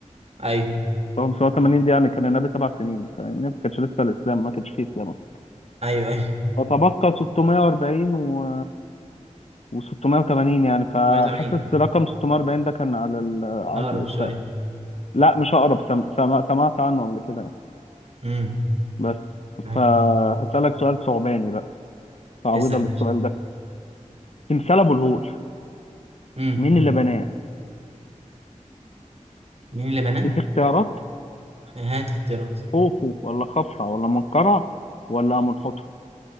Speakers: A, on the right (about 50°); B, on the left (about 55°).
A: ايوه
B: هو 580 دي يعني كان النبي سبع سنين فاهمني ما كانش لسه الاسلام ما كانش فيه اسلام اصلا
A: ايوه ايوه
B: فتبقى 640 و و680 يعني فحاسس
A: 88
B: رقم 640 ده كان على ال... على
A: اقرب
B: السقف
A: شويه
B: لا مش اقرب سم... سم... سمعت عنه قبل كده يعني
A: امم
B: بس
A: أيوة.
B: فهسألك سؤال ثعباني بقى تعويضا
A: اسال يا
B: للسؤال
A: باشا
B: ده تمثال ابو الهول
A: امم
B: مين اللي بناه؟
A: مين اللي بناه؟
B: اديك اختيارات
A: هات اختيارات
B: خوفو ولا خفرع ولا منقرع ولا منحوتة